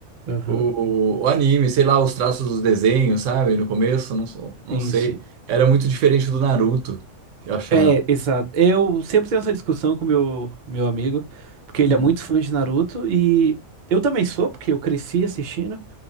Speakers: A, on the right; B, on the right.
A: Aham.
B: o, o anime, sei lá, os traços dos desenhos, sabe? No começo, não, sou- não
A: Sim,
B: sei.
A: sim.
B: Era muito diferente do Naruto, eu achava.
A: É, exato. Eu sempre tenho essa discussão com meu meu amigo, porque ele
B: Hum,
A: é muito fã de Naruto e eu também sou, porque eu cresci assistindo.